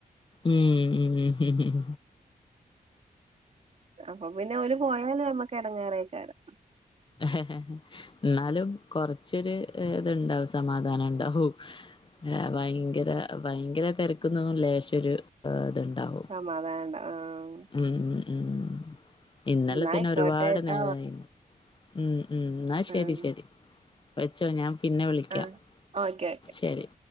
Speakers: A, on the left (about 35°); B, on the right (about 45°).
A: ഉം ഉം ഉം ഉം ഉം
B: അപ്പൊ പിന്നെ ഓര് പോയാല് നമ്മക്ക് എടങ്ങാറേക്കാരം.
A: ഹ ഹ ഹ എന്നാലും കൊറചൊരു ഇത്ണ്ടാവും. സമാധാനം ണ്ടാവു. ആഹ് ഭയങ്കര ഭയങ്കര തിരക്കുന്നൊന്നും ലേശോരു ഏഹ് ത്ണ്ടാവും.
B: സമാധാനണ്ടാ ആഹ്
A: ഉം ഉം ഉം ഇന്നലെ
B: എന്നായിക്കോട്ടെ
A: തന്നെ ഒരുപാട്
B: ട്ടോ
A: നേരായിന്. ഉം ഉം ന്നാ ശെരി
B: ആഹ്
A: ശെരി. വെച്ചോ ഞാൻ പിന്നെ വിളിക്കാം.
B: ആഹ് ഓക്കെ
A: ശെരി.